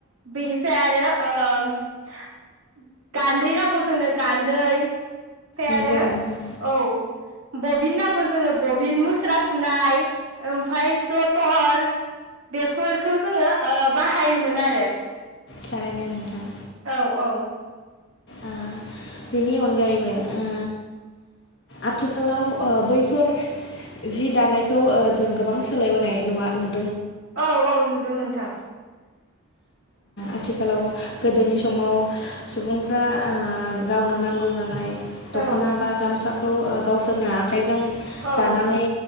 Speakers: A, on the right; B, on the left.
A: बेनिफ्राय आरो ओ गान्दै नांगौ जोंनो गान्दै ओमफ्राय आरो
B: नंगौ नोंथां
A: औ बबिन नांगौ जोंनो बबिन मुस्रा सुनाय ओमफ्राय जटर बेफोरखौ जोङो ओ बाहायोमोनआरो
B: थारैनो नोंथां
A: औ औ
B: ओ बिनि अनगायैबो ओ आथिखालाव ओ बैफोर जि दानायखौ ओ जों गोबां सोलायबोनाय नुवा नु
A: औ औ नुदों नोंथां
B: आथिखालाव गोदोनि समाव सुबुंफ्रा ओ गावनो नांगौ जानाय दखना
A: औ
B: बा गामसा खौ ओ गावसोरनो आख आखाइजों
A: औ
B: दानानै